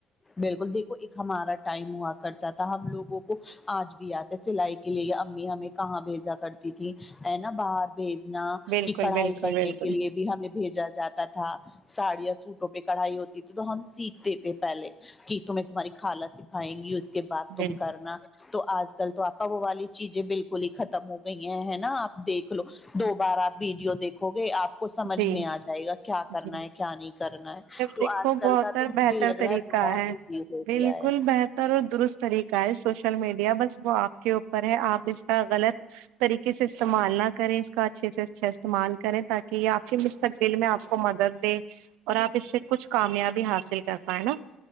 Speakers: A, on the left; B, on the right.
A: بالکل دیکھو ایک ہمارا ٹائم ہوا کرتا تھا ہم لوگوں کو آج بھی یاد ہے سلائی کے لیے امی ہمیں کہاں بھیجا کرتی تھی ہے نا باہر بھیجنا
B: بالکل
A: کہ کڑھائی
B: بالکل
A: کرنے
B: بالکل
A: کے لیے بھی ہمیں بھیجا جاتا تھا ساڑیا سوٹوں پہ کڑھائی ہوتی تھی تو ہم سیکھتے تھے پہلے کہ تمہیں تمہاری خالا سکھائیں گی کے بات
B: بالکل
A: تم کرنا تو آج کل تو آپ والی چیزیں بالکل ہی ختم ہو گئی ہیں نا آپ دیکھ لو دو بار آپ ویڈیو دیکھ ہو گے آپ کو سمجھ
B: جی
A: میں آ جائے گا کیا کرنا
B: جی
A: ہے کیا نہیں کرنا ہے تو
B: دیکھو
A: آج کل
B: بہتر
A: کا تو
B: بہتر
A: مجھے لگ
B: طریقہ
A: رہا بہت
B: ہے
A: ایزی ہو گیا
B: بالکل
A: ہے
B: بہتر اور درست طریقہ ہے سوشل میڈیا بس وہ آپ کے اوپر ہے آپ اس کا غلط طریقے سے استعمال نہ کریں اس کا اچھے سے اچھا استعمال کریں تاکہ کہ آپ کے مستقبل میں آپ کو مدد دے اور آپ اس سے کچھ کامیابی حاصل کر پائیں نا